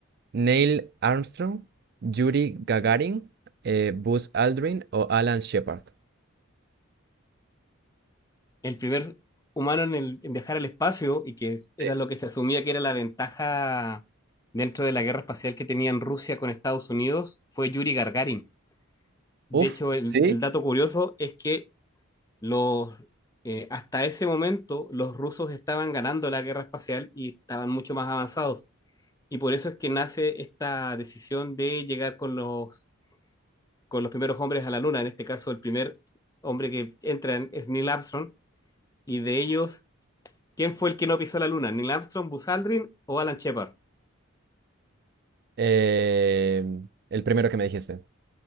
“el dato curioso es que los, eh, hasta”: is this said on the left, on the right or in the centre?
Left